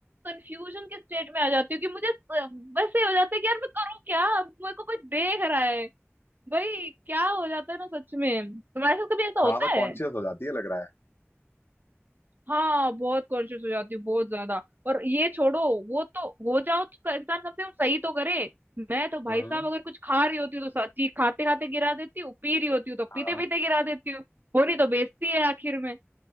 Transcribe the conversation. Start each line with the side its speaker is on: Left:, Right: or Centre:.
Right: कंफ्यूजन के स्टेट में आ जाती हूँ कि मुझे अ, बस ये हो जाता है कि यार मैं करूँ क्या मेरे को कोई देख रहा है भाई क्या हो जाता है ना सच में तुम्हारे साथ कभी ऐसा होता
Left: ज्यादा कॉन्शियस
Right: है
Left: हो जाती है लग रहा है
Right: हाँ बहुत कॉन्शियस हो जाती हूँ बहुत ज्यादा और ये छोड़ो वो तो हो जाओ तो तो इंसान कम से कम सही तो करे मैं तो भाई
Left: हम्म
Right: साहब अगर कुछ खा रही होती हूँ तो सच्ची खाते खाते गिरा देती हूँ पी रही होती हूँ तो
Left: हाँ
Right: पीते पीते गिरा देती हूँ होनी तो बेइज्जती है आखिर में